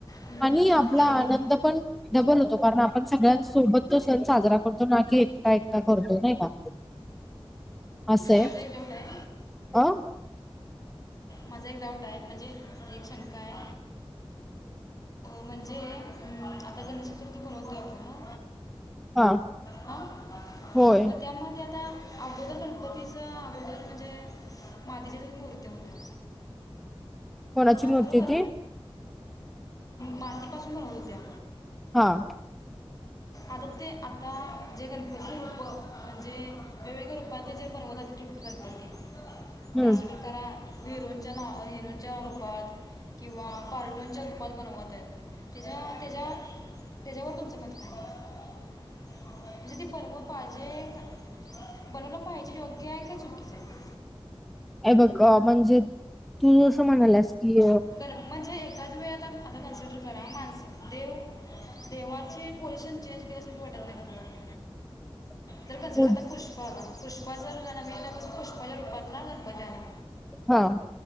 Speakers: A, on the left; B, in the centre.
A: हम्म.
B: आणि
A: हां,
B: आपला आनंद
A: हां.
B: पण डबल होतो, कारण आपण सगळ्यांसोबत तो सण साजरा करतो ना की एकटं एक टा करतो नाही का? अस ये,
A: माझा एक डाऊट आहे
B: अं?
A: माझा एक डाऊट हाय, म्हणजे एक शंका हाय म्हणजे आता गणेशचतुर्थी मनवतोय आपण हां
B: हा
A: हां,
B: होय
A: म त्यामध्ये आता अगोदर गणपतीचं अगोदर म्हणजे मातीच्याच मूर्त्या होत्या,
B: कोणाची
A: हां
B: मूर्ती
A: बरोबर?
B: होती
A: मातीपासून बनवत होत्या.
B: हां.
A: आता ते आता जे गणपतीचे रूपं, म्हणजे वेगवेगळ्या रूपातले जे बनवतात गणपती,
B: हम्म
A: कसं बी करा हिरोंच्या नाव, हिरोंच्या रूपात किंवा कार्टूनच्या रूपात बनवत आहेत तेच्या तेच्या तेच्यावर तुमचं मत काय? म्हणजे ते बनवलं पाहिजे, बनवलं पाहिजे योग्य हाय का चुकीचं हाय?
B: हे बघ म्हणजे तू जसं म्हणाल्यास की
A: गण म्हणजे एखादया वेळी आता- आता कन्सिडर करा, माणस देव देवाचे पोझिशन चेंज केल्या ठीक वाटत नाही का तुला?
B: <inaudible>
A: तर कन्सिडर
B: पोच
A: आता पुष्पा आला, पुष्पा च नवीन गाण आला तस पुष्पाच्या रूपातला गणपती आला
B: हां.